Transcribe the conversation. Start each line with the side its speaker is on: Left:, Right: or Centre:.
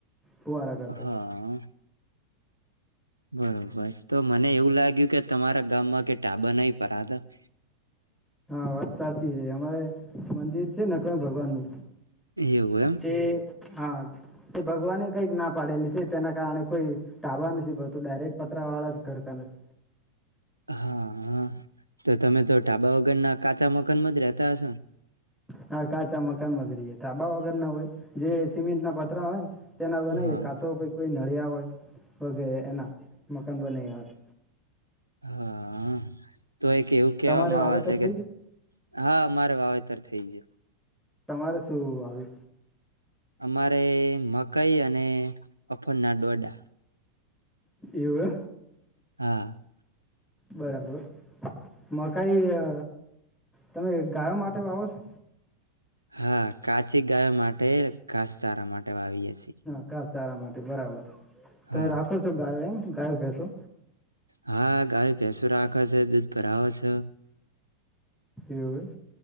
Centre: ફુવારા કરતાય
Right: હા. બરોબર તો મને એવું લાગે કે તમારા ગામમાં કે <unintelligible>
Centre: હા વાત સાચી. અમારે મંદિર છે ને કઈ ભગવાનની
Right: એવું એમ
Centre: તે હા તે ભગવાને કઈક ના પાડેલી છે તેના કારણે કોઈ. ટાબા નથી પડતું ડાયરેક્ટ પતરા વાળા જ ઘરકા નથી.
Right: હા હા તો તમે તો ઢાબા વગરના કાચા મકાનમાં જ રહેતા હશો ને?
Centre: હા કાચા મકાનમાં જ રહીએે થાબા વગર ના હોય જે સિમેન્ટ ના પતરા હોય ને. તેના
Right: હા
Centre: <unintelligible> તો કોઈ. મળળ્યા હોય. વગેરે એના મકાન બને હોય.
Right: હા તો એક એવું કહેવામાં
Centre: તમારે વાવેતર
Right: આવે છે
Centre: થઈ
Right: કે
Centre: ગયું
Right: હા મારે વાવેતર થઈ ગયુ.
Centre: તમારે શું આવે?
Right: અમારે મકાઈ અને અફનના ડોડા.
Centre: એવુ
Right: હા.
Centre: બરાબર મકાઈ અ તમે ગાયો માટે વાવો છો?
Right: હા કાચી ગાય માટે ઘાસચારા માટે વાવીએ. છીએ
Centre: હા કા. સારા માટે બરાબર. તમે
Right: હા
Centre: રાખો છો ગાય એમ? ગાય ભેંસો?
Right: હા ગાય ભેસો રાખે છે દૂધ ભરાવે છ.
Centre: એવું એમ